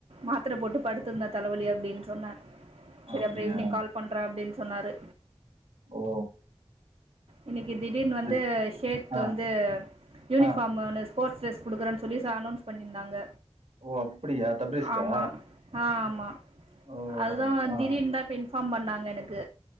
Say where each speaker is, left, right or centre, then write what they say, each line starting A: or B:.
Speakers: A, on the right (about 60°); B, on the right (about 85°).
A: மாத்திர போட்டு படுத்திருந்தே தலவலி அப்டின் சொன்னாரு செரி
B: அப்படியா
A: அப்புறோ ஈவினிங் கால் பண்ற அப்டின்னு சொன்னாரு
B: ஓ
A: இன்னைக்கி திடீர்னு வந்து
B: சரி.
A: ஷேக்கு
B: ஆ
A: வந்து யூனிஃபார்ம்
B: ஆ
A: ஒன்னு ஸ்போர்ட்ஸ் ட்ரெஸ் கொடுக்குறேன்னு சொல்லி அனௌன்ஸ் பண்ணியிருந்தாங்க
B: ஓ அப்படியா தப்ரீஸ்கா
A: ஆமா ஆ ஆமா
B: ஓ
A: அதுதா
B: ஆ ஆ.
A: திடீர்னு தா இப்ப இன்ஃபார்ம் பண்ணாங்க எனக்கு